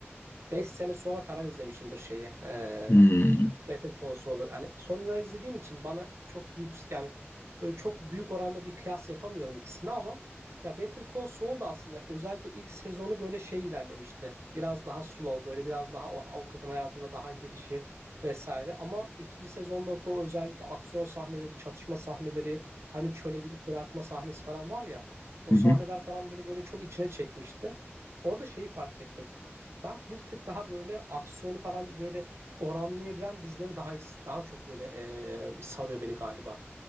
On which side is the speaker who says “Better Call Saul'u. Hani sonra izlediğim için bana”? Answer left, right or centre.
Right